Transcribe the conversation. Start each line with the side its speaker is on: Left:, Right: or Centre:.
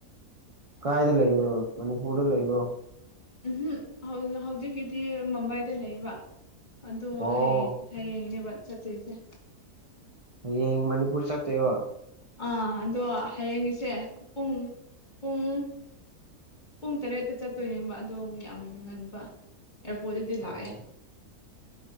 Right: ꯀꯥꯏꯗ ꯂꯩꯕ꯭ꯔꯣ ꯃꯅꯤꯄꯨꯔꯗ ꯂꯩꯕ꯭ꯔꯣ
Left: ꯎꯝꯍꯝ ꯍꯧꯖꯤꯛꯀꯤꯗꯤ ꯃꯨꯝꯕꯥꯏꯗ ꯂꯩꯕ ꯑꯗꯨ
Right: ꯑꯣ
Left: ꯍꯌꯦꯡ ꯍꯌꯦꯡꯅꯦꯕ ꯆꯥꯠꯇꯣꯏꯁꯦ
Right: ꯍꯌꯦꯡ ꯃꯅꯤꯄꯨꯔ ꯆꯥꯠꯇꯣꯏꯕ
Left: ꯑꯥ ꯑꯗꯣ ꯍꯌꯦꯡꯉꯤꯁꯦ ꯄꯨꯡ ꯄꯨꯡ ꯄꯨꯡ ꯇꯔꯦꯠꯇ ꯆꯥꯠꯇꯣꯏꯅꯦꯕ ꯑꯗꯣ ꯌꯥꯝ ꯉꯥꯟꯕ ꯑꯦꯔꯄꯣꯠꯇꯗꯤ ꯂꯥꯛꯑꯦ
Right: ꯑꯣ